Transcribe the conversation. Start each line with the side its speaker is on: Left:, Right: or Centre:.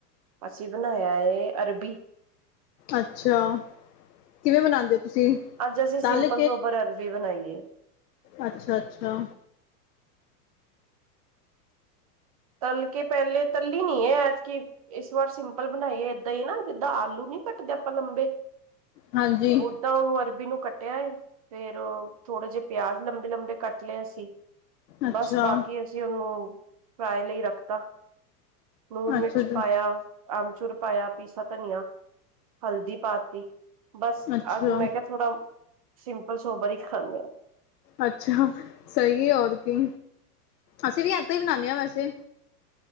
Right: ਅਸੀਂ ਬਣਾਇਆ ਏ ਅਰਬੀ।
Left: ਅੱਛਾ, ਕਿਵੇਂ ਬਣਾਂਦੇ ਓ ਤੁਸੀਂ?
Right: ਅੱਜ ਅਸੀਂ
Left: ਤਲ
Right: ਸਿੰਪਲ ਸੋਬਰ ਅਰਬੀ ਬਣਾਈ ਏ।
Left: ਅੱਛਾ-ਅੱਛਾ।
Right: ਤਲ ਕੇ ਪਹਿਲੇ, ਤਲੀ ਨੀ ਐ ਐਤਕੀ ਇਸ ਵਾਰ ਸਿੰਪਲ ਬਣਾਈ ਏ ਏਦਾਂ ਈ ਨਾ, ਜਿੱਦਾਂ ਆਲੂ ਨੀ ਕੱਟਦੇ ਆਪਾਂ ਲੰਬੇ
Left: ਹਾਂਜੀ।
Right: ਓਦਾਂ ਉਹਨੂੰ ਅਰਬੀ ਨੂੰ ਕੱਟਿਆ ਏ, ਫੇਰ ਥੋੜੇ ਜਿਹੇ ਪਿਆਜ ਲੰਬੇ-ਲੰਬੇ ਕੱਟ ਲੇ ਸੀ,
Left: ਅੱਛਾ
Right: ਬਸ ਬਾਕੀ ਅਸੀਂ ਉਹਨੂੰ ਫਰਾਈ ਲਈ ਰੱਖਤਾ, ਲੂਣ
Left: ਅੱਛਾ
Right: ਮਿਰਚ ਪਾਇਆ ਆਮਚੂਰ ਪਾਇਆ, ਪੀਸਾ ਧਨੀਆ, ਹਲਦੀ ਪਾ ਤੀ ਬਸ
Left: ਅੱਛਾ
Right: ਅੱਜ ਮੈਂ ਕਿਹਾ ਥੋੜਾ, ਸਿੰਪਲ ਸੋਬਰ ਈ ਖਾਂਨੇ ਆਂ।
Left: ਅੱਛਾ, ਸਹੀ ਆ ਹੋਰ ਕੀ, ਅਸੀਂ ਵੀ ਇਦਾਂ ਈ ਬਣਾਂਨੇ ਆਂ ਵੈਸੇ।